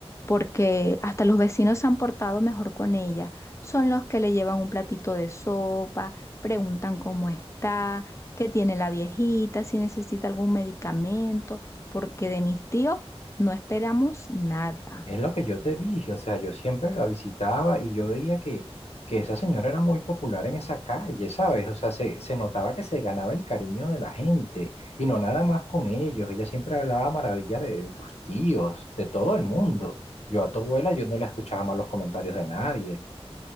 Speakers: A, on the left; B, on the left.
A: porque hasta los vecinos se han portado mejor con ella. Son los que le llevan un platito de sopa, preguntan cómo está, qué tiene la viejita, si necesita algún medicamento, porque de mis tíos no esperamos nada.
B: Es lo que yo te dije, o sea, yo siempre la visitaba y yo veía que, que esa señora era muy popular en esa calle, ¿sabes? O sea, se, se notaba que se ganaba el cariño de la gente y no nada más con ellos. Ella siempre hablaba maravillas de, de tus tíos, de todo el mundo. Yo a tu abuela, yo no la escuchaba más los comentarios de nadie.